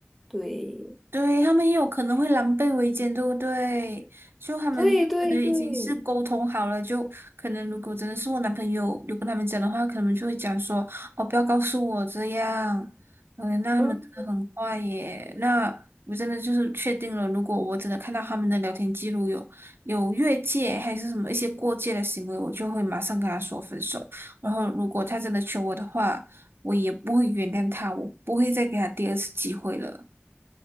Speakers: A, in the centre; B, on the right.
A: 对，
B: 对，他们也有可能会狼狈为奸，对不对？就他们就可能已经是沟通好了，
A: 对对对，
B: 就可能如果真的是我男朋友有跟他们讲的话，可能就会讲说哦，不要告诉我这样。嗯，那他们真的很坏耶。
A: 嗯，
B: 那我真的就是确定了，如果我真的看到他们的聊天记录有有越界还是什么一些过界的行为，我就会马上跟他说分手。然后如果他真的求我的话，我也不会原谅他，我不会再给他第二次机会了。